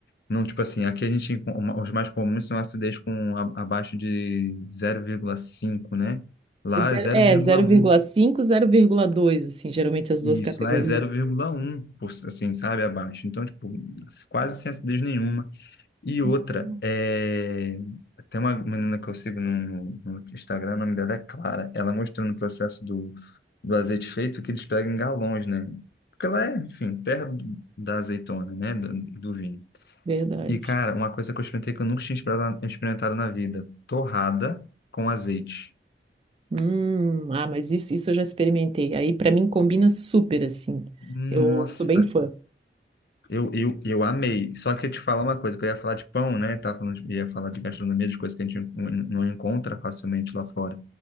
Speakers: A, on the left; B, on the right.
A: Não, tipo assim, aqui a gente, encon- uma- os mais comuns são acidez com a- abaixo de 0,5, né? Lá
B: Ze-
A: é 0,1.
B: É, 0,5, 0,2, assim, geralmente as duas
A: Isso
B: categorias.
A: lá é 0,1, por- assim, sabe, abaixo. Então, tipo, quase sem acidez nenhuma. E outra,
B: Hum.
A: é... tem uma menina que eu sigo no, no- no Instagram, o nome dela é Clara. Ela mostrou no processo do, do azeite feito que eles pegam em galões, né? Porque ela é, enfim, terra do- da azeitona, né? Do, do vinho.
B: Verdade.
A: E, cara, uma coisa que eu experimentei que eu nunca tinha explorado- experimentado na vida: torrada com azeite.
B: Hum, ah, mas isso, isso eu já experimentei. Aí, pra mim, combina super, assim.
A: Nossa,
B: Eu sou bem fã.
A: Eu, eu, eu amei. Só que eu te falo uma coisa, que eu ia falar de pão, né? Tava falando de, ia falar de gastronomia, de coisas que a gente não não encontra facilmente lá fora.